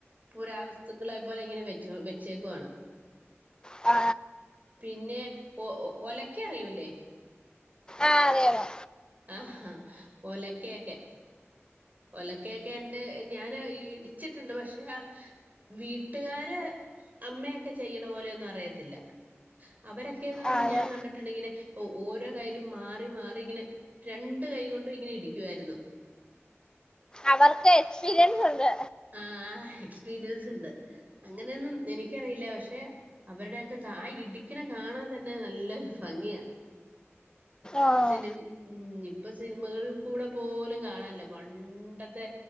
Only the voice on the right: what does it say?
പുരാവസ്തുക്കളെ പോലെ ഇങ്ങനെ വെച്ചു വെച്ചേക്കുവാണ്.
പിന്നെ.. ഒലക്ക അറിയൂലെ.
ആഹാ ഒലക്കെയൊക്കെ. ഒലക്കൊക്കെ എന്റെ ഞാനാ ഇടിച്ചിട്ടുണ്ട് പഷെ വീട്ടുകാര് അമ്മയൊക്കെ ചെയ്യ്ണ പോലെന്നും അറിയത്തില്ല. അവരൊക്കെന്നറിയുമ്പോ
ഞാൻ കണ്ടിട്ട്ണ്ട്ങ്ങനെ ഓരോ കയ്യിലും മാറി മാറി ഇങ്ങനെ. രണ്ട് കൈകൊണ്ടും ഇങ്ങനെ ഇടിക്കുവായിരുന്നു.
ആഹ് എക്സ്പീരിയൻസ് ണ്ട്. അങ്ങനെയൊന്നും എനിക്കറിയില്ല. പക്ഷെ? അവരുടെയൊക്കെ കാ ഇടിക്ക്ണ കാണാൻ തന്നെ നല്ലൊരു ഭംഗിയാ.
സിനിം ഇപ്പ സിനിമകൾ കൂടെ പോലും കാണാൻല്ല പണ്ടത്തെ.